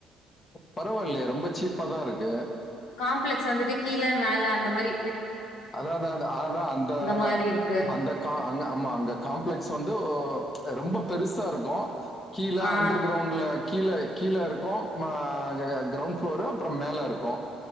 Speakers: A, on the left (about 30°); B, on the left (about 80°).
A: பரவாயில்லையே ரொம்ப சீப்பாதான் இருக்கு
B: காம்ப்ளெக்ஸ் வந்துட்டு கீழ மேல அந்த மாதிரி
A: அதான் அதான் அதான் அதான் அந்த
B: மாரி இருக்கு
A: அந்த கா அ ஆமா அங்க காம்ப்ளெக்ஸ் வந்து ஓ ரொம்ப பெருசா இருக்கும் கீழ
B: ஆ
A: அண்டர் கிரவுண்ட்ல கீழே கீழே இருக்கு மா க கிரௌண்ட் ப்ளோரு அப்புறோ மேல இருக்கு